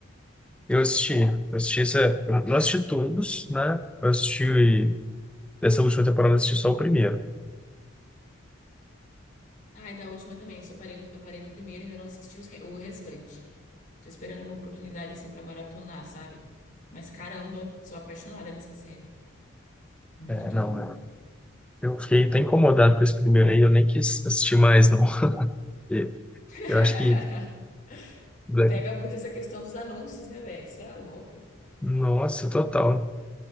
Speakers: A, in the centre; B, on the left.
A: Eu assisti, eu assisti essa, eu não assisti todos, né? Eu assisti, dessa última temporada, eu assisti só o primeiro.
B: Ai, da última também. Eu só parei no, eu parei no primeiro e ainda não assisti os re- o restante. Tô esperando uma oportunidade assim pra maratonar, sabe? Mas caramba, sou apaixonada nessa série. Muito
A: É, não,
B: bom.
A: é. eu fiquei tão incomodado com esse primeiro aí, eu nem quis assistir mais, não. <laughs> E
B: <laughs>
A: Eu acho que. Black-
B: Pega muito essa questão dos anúncios, né, velho? Você é louco.
A: Nossa, total.